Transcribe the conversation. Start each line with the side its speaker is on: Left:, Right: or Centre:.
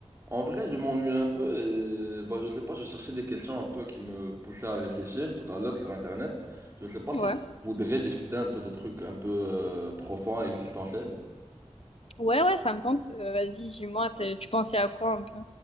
Right: En vrai, je m'ennuie un peu et bah, je sais pas, je cherchais des questions un peu qui me poussaient à réfléchir tout à l'heure sur Internet. Je sais pas
Left: Ouais.
Right: si tu voudrais discuter un peu de trucs un peu euh, profonds et existentiels.
Left: Ouais, ouais, ça me tente. Euh, vas-y, dis-moi, t'es- tu pensais à quoi un peu?